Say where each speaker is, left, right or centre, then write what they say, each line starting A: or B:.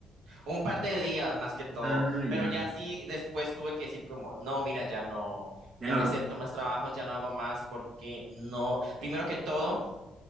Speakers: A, on the right (about 80°); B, on the right (about 40°).
A: Un par de días más que todo,
B: Ah, ya,
A: pero ya sí, después tuve que decir como, no, mira, ya no,
B: ya
A: ya
B: no
A: no
B: lo
A: acepto
B: hago.
A: más trabajos, ya no hago más, porque no, primero que todo.